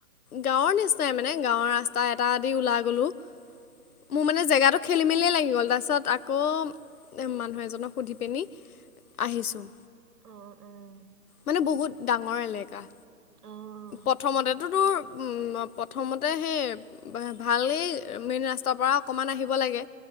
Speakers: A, on the left (about 75°); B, on the right (about 80°).
A: গাঁৱৰ নিচিনাই মানে গাঁৱৰ ৰাস্তা। টা এটা দি ওলাই গ'লো। মোৰ মানে জেগাটো খেলি মেলিয়েই লাগি গ'ল। তাৰপিছত আকৌ, মানুহ এজনক সুধি পিনি আহিছোঁ।
B: অ- উম।
A: মানে বহুত ডাঙৰ এলেকা।
B: অ',
A: প্ৰথমতে তোৰ, প্ৰথমতে সেই ভালেই, মেইন ৰাস্তাৰ পৰা অকণমান আহিব লাগে।